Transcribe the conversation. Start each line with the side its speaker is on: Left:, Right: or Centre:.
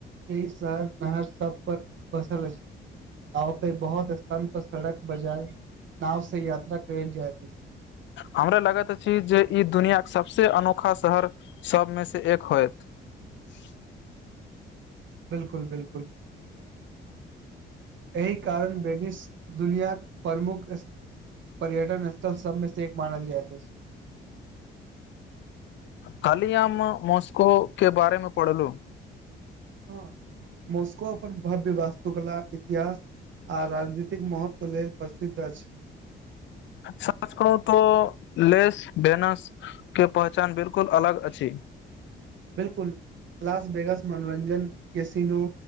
Right: जे शहर। नहर सब पर बसल अछि। आते बहुत स्थान पर सड़क बजाय नाव से यात्रा कैल जाइत अति।
Left: हमरा लगैत अछि जे ई दुनिया के सभसँ अनोखा शहर सभमेसँ एक होयत। <unintelligible>
Right: बिल्कुल, बिल्कुल। एहि कारण बेेनिस दुनिया प्रमुख। पर्यटन स्थल सबमें से एक मानल जायत अछि।
Left: काल्हि हम मॉस्को के बारे में पढ़लू।
Right: हँ मॉस्को अपन भव्य वास्तुकला, इतिहास। आ राजनीतिक महत्व लेल प्रसिद्ध अछि।
Left: सच कहू तो लेस भेनस के पहचान बिल्कुल अलग अछि।
Right: बिल्कुल। लांस वेनस मनोरञ्जन, कैसिनो,